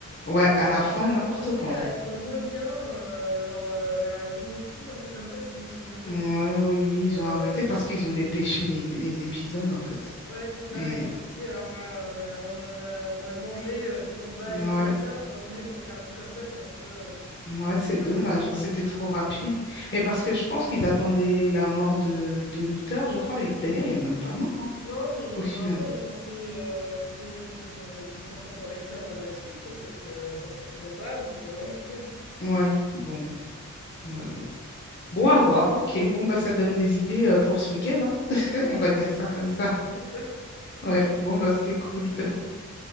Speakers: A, on the left; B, on the left.
A: Ouais, à
B: Euh,
A: la fin,
B: ça a
A: n'importe
B: commencé
A: quoi.
B: à
A: hein.
B: être moins bien, euh, genre euh, vers la saison six un truc comme ça, si je me souviens bien.
A: Ouais, oui, oui,
B: Et,
A: ils
B: euh,
A: ont arrêté parce qu'ils ont dépêché les, les épisodes, en fait.
B: Ouais, c'est ça
A: Et
B: et tu te dis: «Alors, ah, on a on a on en a mangé, heu, du combat,
A: ouais,
B: des trucs comme ça, pour au final, ça se termine comme ça». C'est un peu, heu,
A: ouais, c'est
B: c'est
A: dommage,
B: un peu triste.
A: hein, c'était trop rapide. Mais parce que je pense qu'ils attendaient la mort de, de l'auteur, je crois. Et D'ailleurs, il est même pas mort, hein,
B: Non, mais
A: au final.
B: normalement, il est Ouais. censé, heu, parce que il est il est censé encore écrire, heu, la suite, sauf que ça sort toujours pas, donc heu <laughs>
A: Ouais, bon, ouais, bon. Bon, à voir, ok. Bon, bah, ça donne des idées euh, pour ce week-end, hein. <laughs>
B: Ouais,
A: On va dire ça comme ça.
B: c'est ça.
A: Ouais, bon, bah, c'était cool. <laughs>